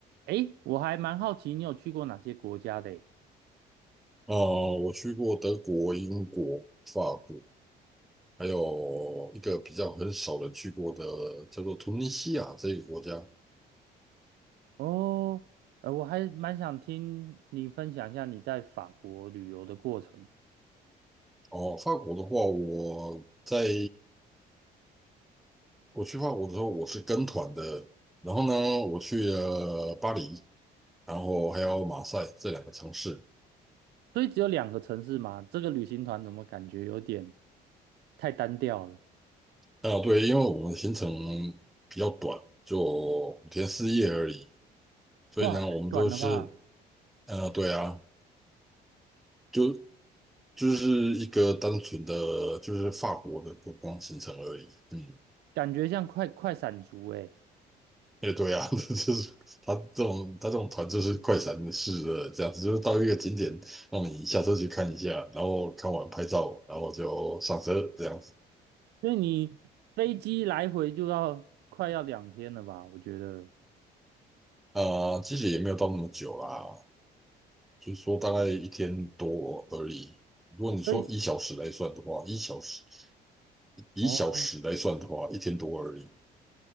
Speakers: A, on the right; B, in the centre.
A: 诶，我还蛮好奇你有去过哪些国家的诶？
B: 呃，我去过德国、英国、法国，还有一个比较很少人去过的叫做突尼西亚这个国家。
A: 哦，呃，我还蛮想听你分享一下你在法国旅游的过程。
B: 哦，法国的话，我在我去法国的时候，我是跟团的，然后呢，我去了巴黎，然后还有马赛这两个城市。
A: 所以只有两个城市吗？这个旅行团怎么感觉有点太单调了？
B: 啊，对，因为我们的行程比较短，就五天四夜而已，所以呢，
A: 哇，太短了吧？
B: 我们就是，呃，对啊。就就是一个单纯的就是法国的观光行程而已。嗯，
A: 感觉像快快闪族诶。
B: 也对啊，<laughs> 就是他这种他这种团就是快闪式的这样子，就是到一个景点让你下车去看一下，然后看完拍照，然后就上车这样子。
A: 所以你飞机来回就要快要两天了吧？我觉得。
B: 啊、其实也没有到那么久啦，就是说大概一天多而已。如果你说一小时来算的话，
A: 所以
B: 一小时一小时来算的话，
A: 哦，
B: 一天多而已。